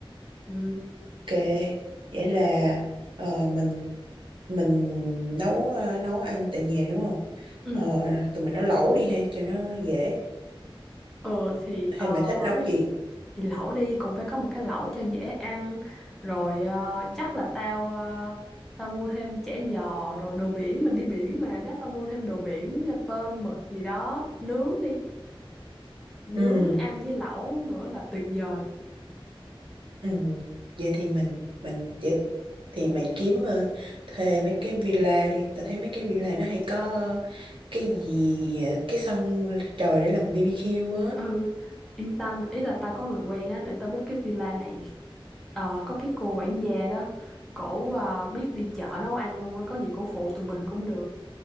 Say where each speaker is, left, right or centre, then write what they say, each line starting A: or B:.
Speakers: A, in the centre; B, on the right.
A: ừ
B: ok vậy là ờ, mình mình nấu ờ, nấu ăn tại nhà đúng không
A: ừ
B: ờ, tụi mình nấu lẩu đi ha cho nó dễ
A: ừ thì
B: hay
A: ờ
B: mày thích nấu gì
A: thì lẩu đi cũng phải có một cái lẩu cho dễ ăn rồi ờ, chắc là tao ờ, tao mua thêm chả giò rồi đồ biển mình đi biển mà chắc tao mua thêm đồ biển như tôm mực gì đó nướng đi nướng
B: ừ
A: ăn với lẩu nữa là tuyệt vời
B: ừ vậy thì mình mình vậy thì mày kiếm ờ, thuê mấy cái villa đi tao thấy mấy cái villa nó hay có ờ, cái gì ờ, cái sân trời để làm BBQ á
A: ừ yên tâm ý là tao có người quen á để tao book cái villa này Ờ, có cái cô quản gia đó cổ ờ, biết đi chợ nấu ăn luôn á có gì cổ phụ tụi mình cũng được